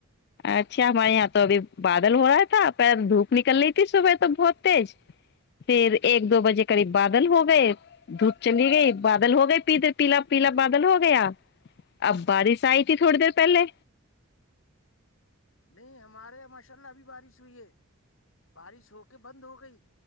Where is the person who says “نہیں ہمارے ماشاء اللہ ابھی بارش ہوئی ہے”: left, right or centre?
Left